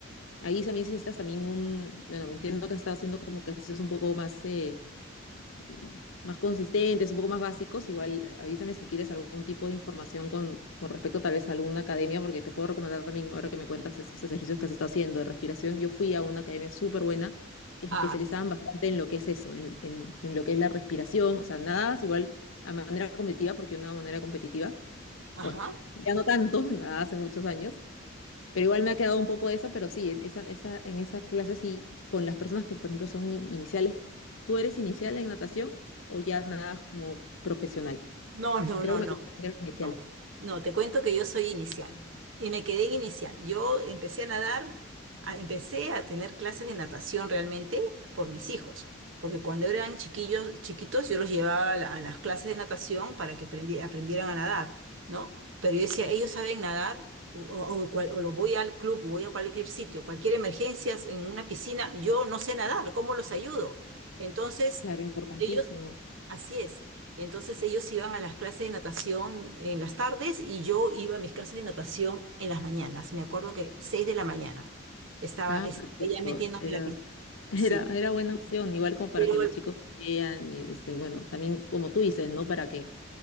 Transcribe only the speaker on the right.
Ah,
ajá.
No, no,
no,
no,
no, no, te cuento que yo soy inicial y me quedé en inicial. Yo empecé a nadar, a- empecé a tener clases de natación realmente por mis hijos, porque cuando eran chiquillos, chiquitos, yo los llevaba a, la- a las clases de natación para que aprendi- aprendieran a nadar, ¿no? Pero yo decía, ellos saben nadar, o, o cual- o lo voy al club, voy a cualquier sitio, cualquier emergencia en una piscina, yo no sé nadar, ¿cómo los ayudo? Entonces...
Ellos Así es. Entonces ellos iban a las clases de natación en las tardes y yo iba a mis clases de natación en las mañanas. Me acuerdo que 6 de la mañana estaba,
estaba
ya metiéndome
en la piscina.
Sí,
pero